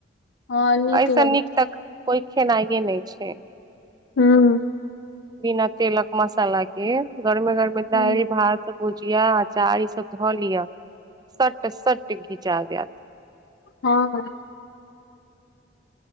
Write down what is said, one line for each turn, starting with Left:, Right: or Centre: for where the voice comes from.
Left: हँ
Right: ऐसा
Left: लगैत
Right: नीक तक कोइ खेनाइे नहि छै
Left: हँ
Right: बिना तेलक मसाला के गरमे गरमे
Left: हूँ
Right: दालि भात भुजिया अचार ई सब ध लियअ सट सट खिचा गत
Left: हँ